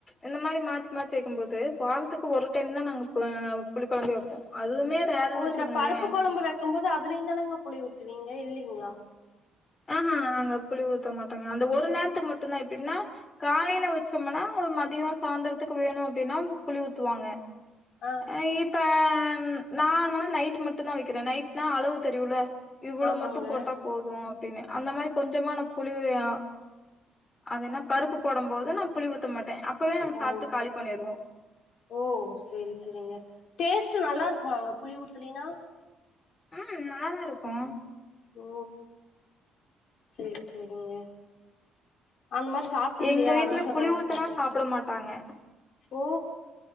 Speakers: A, on the left; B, on the left.
A: இந்த மாரி மா மாத்தி வைக்கு போது வாரத்துக்கு ஒரு டைம் தா நாங்க அ புளி கொழம்பே வைப்போ அதுவுமே ரேருன்னு
B: ஓ
A: வச்சுக்கோங்களே
B: இந்த பருப்பு கொழம்பு வைக்கு போது அதுலயு தானங்க புளி ஊத்துவீங்க இல்லிங்ளா
A: அ அ நாங்க புளி ஊத்த மாட்டோங்க அந்த ஒரு நேரத்துக்கு மட்டுதா எப்டின்னா காலைல வச்சம்னா ஒரு மதியோ சாந்தரத்துக்கு வேணு அப்டின்னா புளி ஊத்துவாங்க
B: ஆ
A: ந இப்ப நானா நைட் மட்டு தா வக்கிற நைட்னா அளவு தெரியுல இவ்ளோ
B: ஆமாங்க
A: மட்டு போட்டா போது அப்டினு அந்த மாரி கொஞ்சமா தா புளி ஆ அதேனா பருப்பு போடு போது நா புளி ஊத்த மாட்ட அப்பவே நாங்
B: ஓ
A: சாப்ட்டு காலி பண்ணிறுவோ
B: ஓ செரி செரிங்க டேஸ்ட்டு நல்லா இருக்குமாங்க புளி ஊத்துலினா
A: ம் நல்லாதா இருக்கு
B: ஓ செரி செரிங்க அந்த மாரி சாப்ட்டதில்லயா
A: எங்க வீட்ல
B: அதனாலதாங்
A: புளி ஊத்துனா
B: கேட்டே
A: சாப்ட மாட்டாங்க
B: ஓ